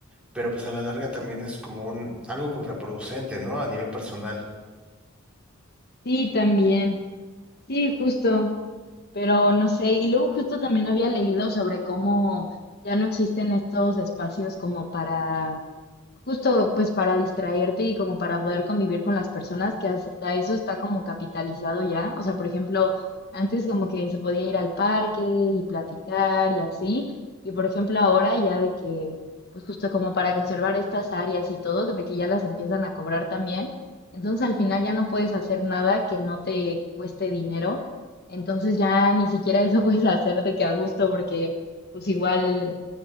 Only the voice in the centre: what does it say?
pero pues a la larga también es como un algo contraproducente, ¿no? A nivel personal.